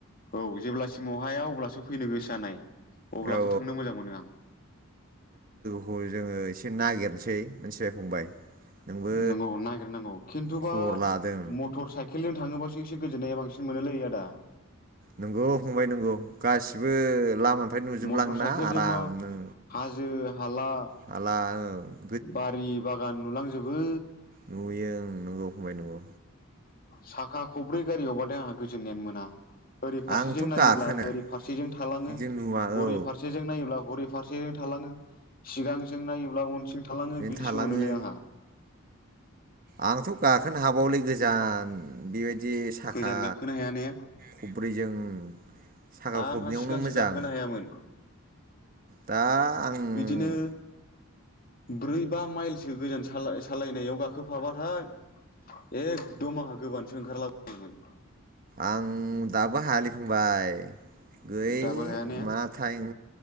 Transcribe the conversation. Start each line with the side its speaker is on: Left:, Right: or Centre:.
Left: औ जेब्लासिम अहाया अब्लासो फैनो गोसो जानाय अब्लासो
Right: औ
Left: थांनो मोजां मोनो आं
Right: खौ जोङो एसे नागिरनोसै मोनथिबाय फंबाय नोंबो
Left: नंगौ नागिरनांगौ खिन्थुबा
Right: खबर लादों
Left: मटर साइकेल खेलजों थाङोबासो एसे गोजोननाया बांसिन मोनोलै आदा
Right: नंगौ फंबाय नंगौ गासिबो लामानिफ्राय नुजोबलाङो
Left: मटर साइकेलजोंबा
Right: ना आराम नो
Left: हाजो हाला
Right: हाला औ
Left: बारि बागान नुलांजोबो
Right: नुयो ओं नंगौ फंबाय नंगौ
Left: साखा खब्रै गारियावबाथाय आंहा गोजोननायानो मोना ओरै फारसेजों
Right: आंथ'
Left: नायोब्ला
Right: गाखोना
Left: ओरै फारसेजों थालाङो
Right: बिदि नुवा
Left: हरै
Right: औ
Left: फारसे सेजों नायोब्ला हरै फारसेजों थालाङो सिगांजों नायोब्ला उनथिं थालाङो
Right: बिदिनो
Left: बिदिसो
Right: थालाङो
Left: मोनोलै आंहा
Right: आंथ' गाखोनो हाबावालै गोजान बेबायदि साखा
Left: गोजान गाखोनो हाया ने
Right: खब्रैजों साखा
Left: आंहा
Right: खबनैयावनो
Left: सिगांसो
Right: मोजां
Left: गाखोनो हायामोन
Right: दा आं
Left: बिदिनो ब्रै बा माइलसो गोजान सालाय सालायनायाव गाखोफाबाथाय एखदम आंहा गोबानोसो ओंखारलाबोयोमोन
Right: आं दाबो हायालै फंबाय गै
Left: दाबो हाया ने
Right: मा थाइम